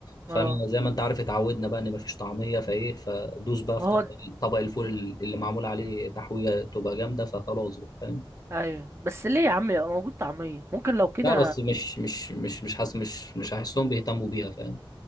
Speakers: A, on the left; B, on the right.
A: فانا
B: اه
A: زي ما انت عارف اتعودنا بقى ان مفيش طعميه فايه فدوس بقى
B: ما
A: في
B: هو
A: طبق طبق الفول اللي معمول عليه تحويجه تبقى جامده فخلاص بقى فاهم
B: ايوه بس ليه يا عم يبقى موجود طعمية ممكن لو كده
A: لا بس مش مش مش مش حاسس مش مش هحسهم بيهتموا بيها فاهم